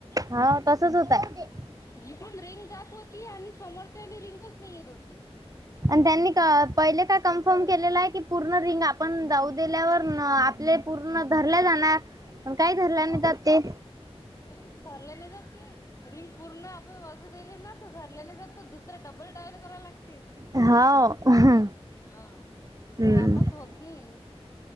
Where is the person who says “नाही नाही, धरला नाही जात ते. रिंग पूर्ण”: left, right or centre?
Left